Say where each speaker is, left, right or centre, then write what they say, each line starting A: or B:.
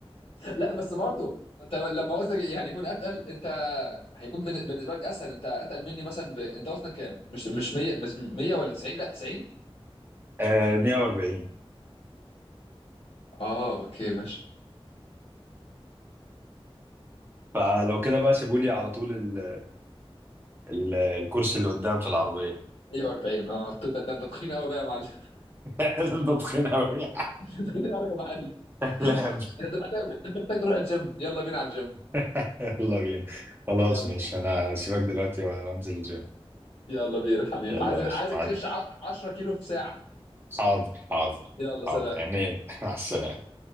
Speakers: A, on the left (about 65°); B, on the right (about 20°).
A: لا بس برضو ما انت لما وزنك يعني يكون اتقل انت هيكون من- بالنسبه لك اسهل انت اتقل مني مثلا ب... انت وزنك كام مش مش 100 مش 100 ولا 90 لا 90
B: آه 140
A: اه اوكي ماشي
B: فلو كده بقى سيبوا لي على طول ال ال الكرسي اللي قدام في العربية
A: 140 اه ده ده, ده تخين قوي بقى يا معلم <laughs>
B: <laughs> انت تخين أوي <laughs>
A: تخين قوي يا معلم <laughs>
B: لعب
A: انت محتاج أنت محتاج تروح الجيم يلا بينا على الجيم
B: <laughs> يلا بينا خلاص
A: يلا
B: ماشي أنا سيبك دلوقتي وأنزل الجيم
A: يلا بينا حبيبي
B: يلا
A: عايزك
B: ماشي
A: عايزك
B: مع-
A: تخش ع- 10 كيلو في ساعة
B: حاضر حاضر
A: يلا
B: حاضر
A: سلام
B: عينيا <laughs> مع السلامة